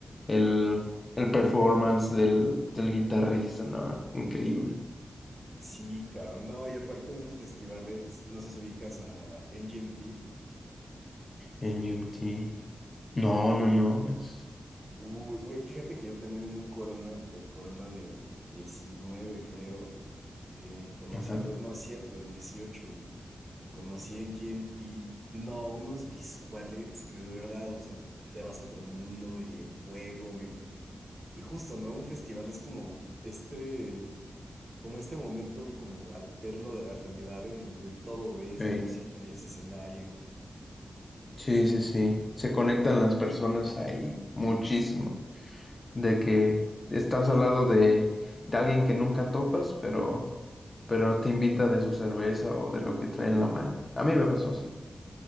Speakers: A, on the left; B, on the right.
A: el, el performance del, del guitarrista, ¿no? Increíble.
B: Sí, cabrón. No, y aparte en esos festivales, no sé si ubicas a MGMT.
A: MGMT. No, no, no, es...
B: Uy, güey, fíjate que yo también en un Corona, el Corona del 19, creo, eh, conocí
A: Ajá.
B: a los. No, es cierto, el 18, güey. Conocí a MGMT. No, unos visuales que de verdad, o sea, te vas a otro mundo y el fuego y. Y justo, ¿no? Un festival es como este. Como este momento como alterno de la realidad en donde todo, güey, es
A: Sí.
B: música y es escenario.
A: Sí, sí, sí. Se conectan las personas ahí muchísimo. De que estás al lado de, de alguien que nunca topas, pero pero te invita de su cerveza o de lo que trae en la mano. A mí me pasó así.